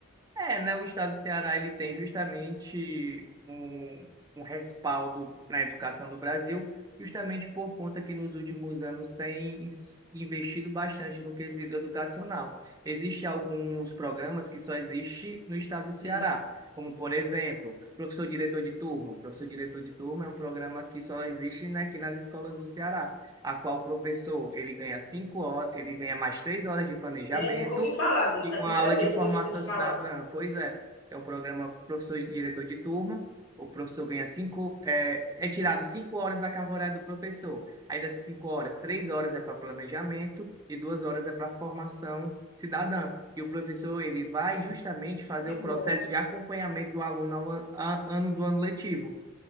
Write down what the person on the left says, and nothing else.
Sim.
É, nunca ouvi falar disso,
é a primeira
vez
que eu escuto falar.
Que
bom,